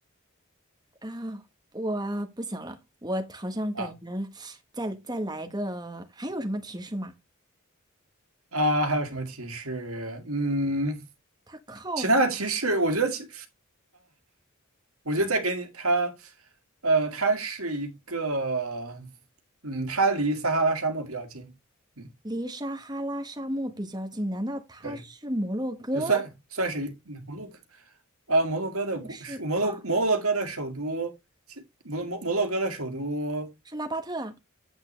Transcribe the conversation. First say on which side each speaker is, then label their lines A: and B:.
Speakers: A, on the right (about 20°); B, on the right (about 80°).
A: 啊，我不行了，我好像感觉
B: 啊
A: 再再来一个，还有什么提示吗？
B: 啊，还有什么提示？嗯，
A: 它靠海
B: 其他的提示，我觉得其我觉得再给你它，呃，它是一个，嗯，它离撒哈拉沙漠比较近，嗯，
A: 离撒哈拉沙漠比较近，难道它是摩洛哥？
B: 对。就算算是一摩洛哥，啊，摩洛哥的国，
A: 不是吧？
B: 是摩洛摩洛哥的首都，其摩摩摩洛哥的首都，
A: 是拉巴特啊？